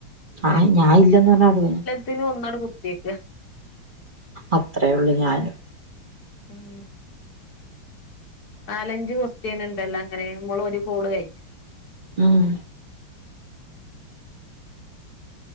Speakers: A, on the right (about 35°); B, on the left (about 50°).
A: ആയ് ഞാ <unintelligible>
B: തിന് ഒന്നാട് കുത്തിയേക്ക
A: അത്രേയേ ഒള്ളു ഞാനും
B: ഉം നാലഞ്ച് ക്വസ്റ്റ്യന്ണ്ടല്ലോ അങ്ങനെ നമ്മളൊരു കോള് കയ്ഞ്ഞാ
A: ഉം